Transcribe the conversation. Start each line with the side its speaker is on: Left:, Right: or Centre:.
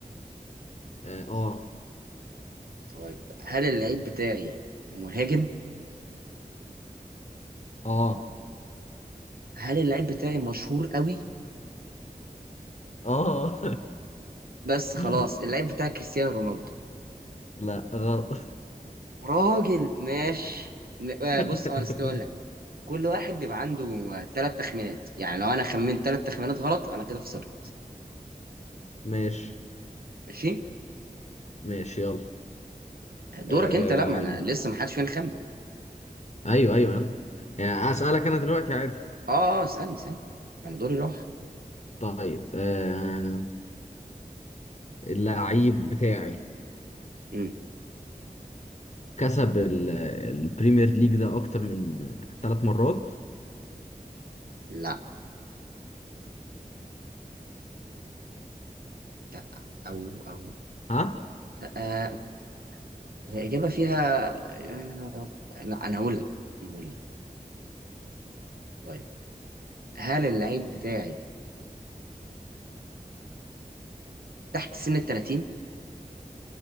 Left: اه
Right: طيب هل اللعيب بتاعي مهاجم
Left: اه
Right: هل اللعيب بتاعي مشهور قوي
Left: اه آه.
Right: بس
Left: <laughs>
Right: خلاص اللعيب بتاعي كريستيانو رونالدو
Left: لا غلط
Right: راجل ماشي ن- آه، بص
Left: <laughs>
Right: اه نسيت اقول لك كل واحد بيبقى عنده ثلاث تخمينات يعني لو انا خمنت ثلاث تخمينات غلط انا كده خسرت
Left: ماشي
Right: ماشي
Left: ماشي يلا
Right: دورك
Left: آه...
Right: انت لا ما انا لسه ما حدش فين خمن
Left: ايوه ايوه يلا يعني اسالك انا دلوقتي عادي
Right: اه اسالني اسالني انا دوري راح
Left: طيب آه... اللعيب بتاعي
Right: امم
Left: كسب ال- البريمير ليج ده اكتر من ثلاث مرات
Right: لا لا او او
Left: ها
Right: آه الاجابه فيها آه لا انا هقول لك أنا هقول لك طيب هل اللعيب بتاعي تحت سن ال 30